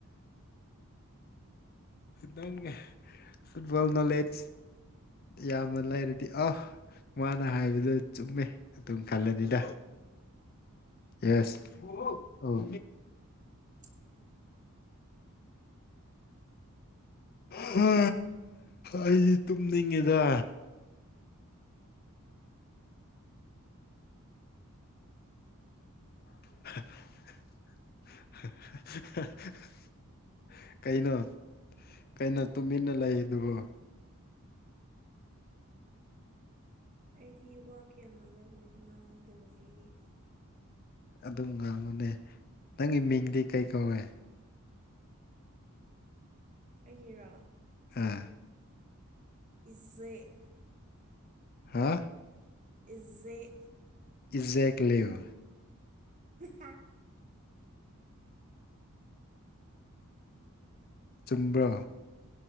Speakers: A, on the left; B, on the right.
A: ꯍꯜꯂ ꯅꯪ ꯐꯨꯠꯕꯣꯜ ꯅꯣꯂꯦꯖ ꯌꯥꯝꯅ ꯂꯩꯔꯗꯤ ꯑ ꯃꯥꯅ ꯍꯥꯏꯕꯗꯨꯣ ꯆꯨꯝꯃꯦ ꯑꯗꯨꯝ ꯈꯜꯂꯅꯤꯗ ꯌꯦꯁ ꯑꯣ
B: <unintelligible>
A: ꯍ ꯑꯩꯗꯤ ꯇꯨꯝꯅꯤꯡꯉꯤꯗ <unintelligible> ꯀꯩꯅꯣ ꯀꯩꯅꯣ ꯇꯨꯃꯤꯟꯅ ꯂꯩ ꯑꯗꯨꯕꯨ
B: ꯑꯩꯗꯤ ꯋꯥ ꯀꯌꯥ ꯉꯥꯡꯗꯕꯅꯦ ꯉꯥꯡꯗꯕꯅꯦ ꯑꯩꯗꯤ
A: ꯑꯗꯨꯝ ꯉꯥꯡꯉꯨꯅꯦ ꯅꯪꯒꯤ ꯃꯤꯡꯗꯤ ꯀꯩ ꯀꯧꯋꯦ
B: ꯑꯩꯒꯤꯔ
A: ꯑꯥ
B: ꯏꯖꯩ
A: ꯍꯥ
B: ꯎꯆꯩ
A: ꯏꯖꯦꯛ ꯂꯦꯌꯣ
B: ꯎꯝ
A: ꯆꯨꯝꯝꯕ꯭ꯔꯥ